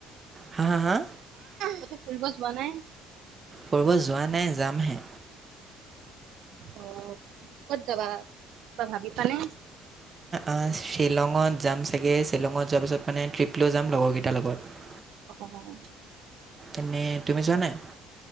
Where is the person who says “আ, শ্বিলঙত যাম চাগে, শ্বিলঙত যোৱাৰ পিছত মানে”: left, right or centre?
Right